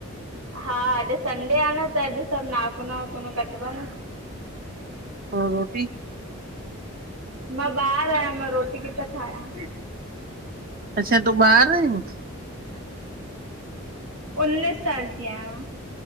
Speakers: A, on the right (about 85°); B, on the right (about 40°).
A: हा अॼु संडे आहे न, त अॼु सभु नाखून वाखून कटबा न।
B: ए रोटी?
A: मां ॿार आयां, मां रोटी किथां ठायां।
B: अच्छा तूं ॿार् आइं?
A: उन्नीस साल की आहियां।